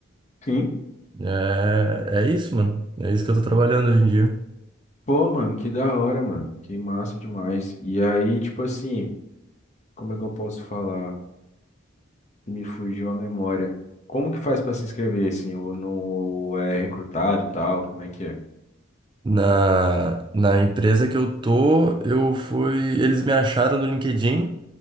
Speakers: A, on the left; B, on the right.
A: Sim.
B: É, é isso, mano. É isso que eu tô trabalhando hoje em dia.
A: Pô, mano, que da hora, mano. Que massa demais. E aí, tipo assim, como é que eu posso falar? Me fugiu a memória. Como que faz pra se inscrever, assim? Ou não ou é recrutado e tal? Como é que é?
B: Na, na empresa que eu tô, eu fui. Eles me acharam no LinkedIn,